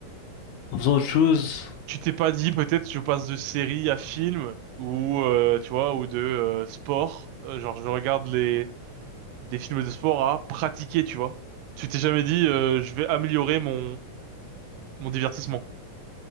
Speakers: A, on the left; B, on the right.
A: en faisant autre chose?
B: Tu t'es pas dit peut-être je passe de série à film ou euh, tu vois ou de euh, sport euh, genre je regarde les des films de sport à pratiquer tu vois tu t'es jamais dit euh, je vais améliorer mon mon divertissement